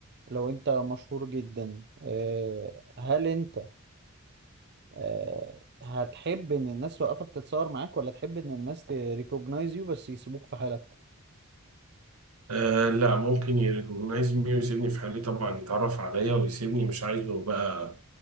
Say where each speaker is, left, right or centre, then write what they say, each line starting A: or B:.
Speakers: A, on the right; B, on the right.
A: لو انت مشهور جدا آه، هل انت آه، هتحب ان الناس توقفك تتصور معاك ولا تحب ان الناس تريكوجنايز يو بس يسيبوك في حالك
B: آه لا ممكن يريكوجنايز مي ويسيبني في حالي طبعا يتعرف عليا ويسيبني مش عايزه بقى